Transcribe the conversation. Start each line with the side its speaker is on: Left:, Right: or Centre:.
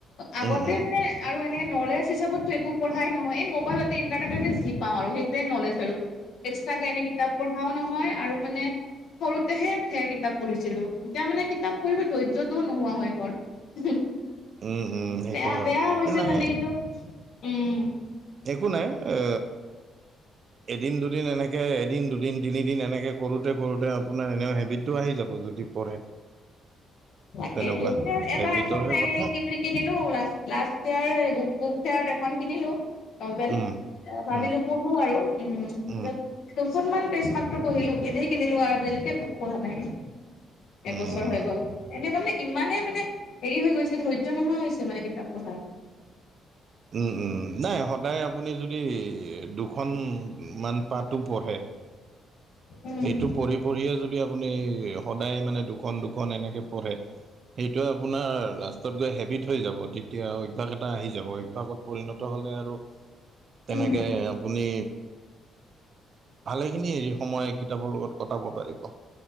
Left: আগতে
Right: উম উম
Left: মানে আৰু এনেকে নলেজ হিচাপতটো একো পঢ়াই নহয়। এই মোবাইলতে ইণ্টাৰনেটতে যি পাওঁ আৰু। সেইটোৱে নলেজ আৰু। এক্সট্ৰা কে এনে কিতাপ পঢ়াও নহয় আৰু মানে সৰুতেহে ঢেৰ কিতাপ পঢ়িছিলো। এতিয়া মানে কিতাপ পঢ়িব ধৈৰ্য্যটোও নোহোৱা হৈ গ'ল। উহো।
Right: উম উম। সেইটো
Left: বেয়া-বেয়া
Right: হয়
Left: হৈছে
Right: নাই
Left: মানে কিন্তু, উম।
Right: একো নাই এ এদিন, দুদিন এনেকে এদিন, দুদিন, তিনিদিন এনেকৈ কৰোঁতে কৰোঁতে আপোনাৰ এনেও হেবিট টো আহি যাব যদি পঢ়ে।
Left: তাকেইটো।
Right: তেনেকুৱা
Left: এবাৰ
Right: হেবিটৰহে
Left: এখন এই
Right: কথা
Left: কিনিলো লা লাষ্ট ইয়াৰৰ বুক বুক ফেয়াৰত এখন কিনিলো নভেল।
Right: উম,
Left: ভাবিলো
Right: উম,
Left: পঢ়ো আৰু উম তাৰছত
Right: উম,
Left: অকনমান পেজ মাত্ৰ পঢ়িলো। এনে কিনিলো আৰু আজিলৈকে আৰু প পঢ়া নাই। এবছৰ
Right: উম,
Left: হৈ গ'ল। এনেকুৱা মানে ইমানেই মানে হেৰি হৈ গৈছে, ধৈৰ্য্য নোহোৱা হৈছে মানে কিতাপ পঢ়াৰ।
Right: ওম-ওম, নাই সদায় আপুনি যদি দুখনমান পাতো পঢ়ে।
Left: উম
Right: সেইটো পঢ়ি পঢ়িয়ে যদি আপুনি সদায় মানে দুখন দুখন এনেকে পঢ়ে। সেইটো আপোনাৰ লাষ্টত গৈ হেবিট হৈ যাব। তেতিয়া অভ্যাস এটা আহি যাব অভ্যাসত পৰিণত হ হলে আৰু তেনেকে
Left: উম
Right: আপুনি ভালেখিনি হেৰি সময় কিতাপৰ লগত কটাব পাৰিব।